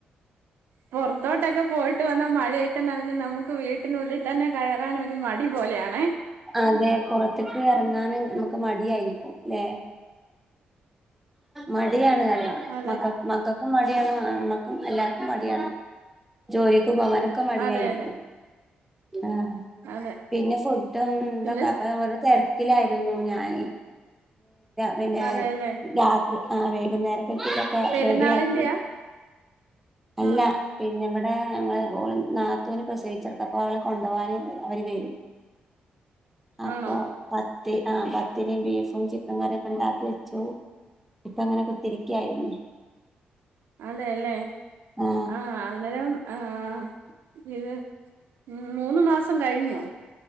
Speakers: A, on the right; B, in the centre.
A: പുറത്തോട്ടൊക്കെ പോയിട്ട് വന്ന മഴയൊക്കെ നനഞ്ഞ് നമുക്ക് വീട്ട ത്തിനുള്ളിൽ തന്നെ കയറാൻൊ ഒരു മടി പോലെയാണ
B: അതെ പുറത്തേക്ക് ഇറങ്ങൻ നമുക്ക് മടിയായിരിക്കും അല്ലെ മടിയാണ് കറയ
A: അതെ
B: മക്ക മക്കൾ മടിയാണ്മ്മക്കും എല്ലാവർക്കും മടിയാണ് ജോലിക്ക് പോകവാന പക്ക മടിയാരിക്ക
A: അതെ അതെ
B: ആഹ്
A: അതെ
B: പിന്നെ ഫുഡും എന്തൊക്കെ
A: പിന്നെ
B: അപ്പൊ ഓരോ തിരക്കിലായിരുന്നു ഞാൻ പിന്നെ
A: അതെല്ലേ
B: രാത്രി ആഹ് വൈകുന്നേരക്കൊക്ക ക്ക
A: പെരുന്നാളിന്റെയാ
B: റെഡി ആക്കി അല്ല
A: ആ
B: പിന്നെ ഇവിടെ ഞങ്ങള്ൾ ഓ നാത്തന് പ്രസേവിച്ചർക്കപ്പോ അവളെ കൊണ്ടു പോവാന് അവര് വരും <inaudible> അപ്പൊ
A: ആണോ
B: പത്തി ആഹ് പത്തിരിയും ബീഫും ചിക്കൻ കറിയൊക്കെ ഉണ്ടാക്കി വെച്ചു ഇപ്പ അങ്ങനെയൊക്കെത്തിരിക്കായിരുന്നു
A: അതെയല്ലേ
B: ആ
A: ആഹ് അന്നേരം ആഹ് ഇത് മൂന്ന് മാസം കഴിഞ്ഞു